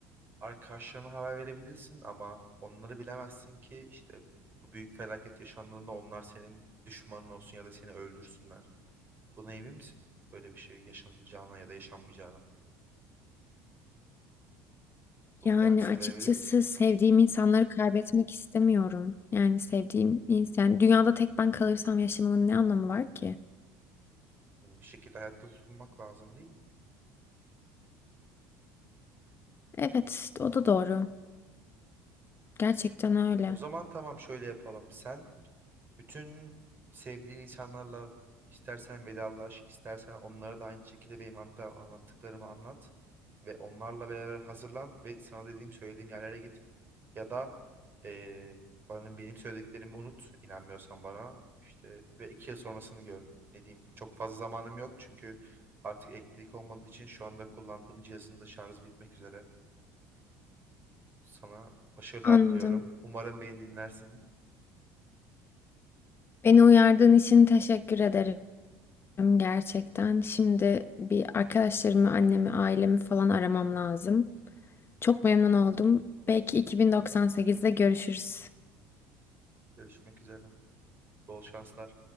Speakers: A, on the right; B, on the left.
A: arkadaşlarına haber verebilirsin ama onları bilemezsin ki işte bu büyük felaket yaşandığında onlar senin düşmanın olsun ya da seni öldürsünler. Buna emin misin? Böyle bir şey yaşanacağına ya da yaşanmayacağına. Bunun
B: Yani
A: garantisini
B: açıkçası
A: verebilir misin?
B: sevdiğim insanları kaybetmek istemiyorum. Yani sevdiğim insan, dünyada tek ben kalırsam yaşamamın ne anlamı var ki?
A: Yani bir şekilde hayatta tutunmak lazım değil mi?
B: Evet, o da doğru. Gerçekten öyle.
A: O zaman tamam şöyle yapalım. Sen bütün sevdiğin insanlarla istersen vedalaş, istersen onlara da aynı şekilde benim anta- anlattıklarımı anlat ve onlarla beraber hazırlan ve sana dediğim söylediğim yerlere git. Ya da eee bana benim söylediklerimi unut, inanmıyorsan bana işte ve iki yıl sonrasını gör. Ne diyeyim? Çok fazla zamanım yok çünkü artık elektrik olmadığı için şu anda kullandığım cihazın da şarjı bitmek üzere. Sana başarılar
B: Anladım.
A: diliyorum. Umarım beni dinlersin.
B: Beni uyardığın için teşekkür ederim gerçekten. Şimdi bir arkadaşlarımı, annemi, ailemi falan aramam lazım. Çok memnun oldum. Belki 2098'de görüşürüz.
A: Görüşmek üzere. Bol şanslar.